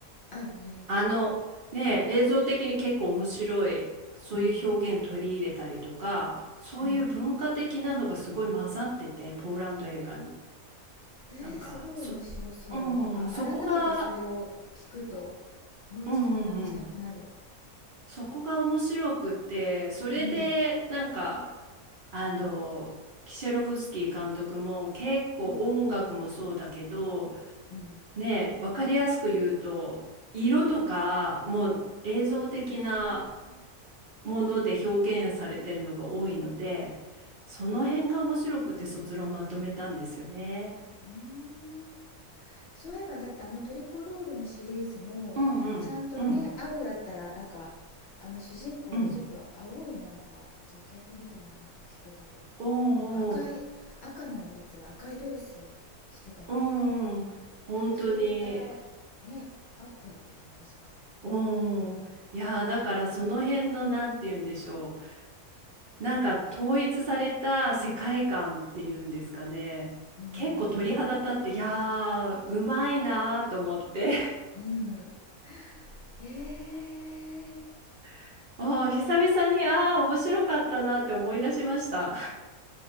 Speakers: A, on the left (about 55°); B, on the right (about 55°).
A: あるね
B: あのね映像的に結構面白いそういう表現取り入れたりとかそういう文化的なのがすごい混ざっててポーランド映画に。
A: うんうんえー、
B: なんかそ、
A: すごい面白そうなんか改めてそれを聞くと
B: うん、そこが
A: もう一度見直したくなる
B: うんうんうん。そこが面白くって、それでなんか、
A: うん
B: あの、キシェロフスキー監督も結構音楽もそうだけど、
A: うんうん
B: ね、分かりやすく言うと、色とかもう映像的な
A: あ
B: もので表現されてるのが多いので、その辺が面白くて卒論まとめたんですよね。
A: あーうーんそういえばだってあのトリコロールのシリーズもちゃんとね青だったらなんかあの主人公がちょっと青いなんかジャケットみたいななんか着てたり
B: うんうんうんうん。お
A: なんか赤い赤のやつは赤いドレスを着てたりとか
B: ーおーうんうん。本当に
A: なんかそういったねあったよね確か
B: おーいやーだからその辺のなんて言うんでしょうなんか統一された世界観っていうんですかね結構鳥肌立っていやーうまいなーと思って
A: うんうんうんうんえー、
B: <laughs> あー久々にあー面白かったなーって思い出しました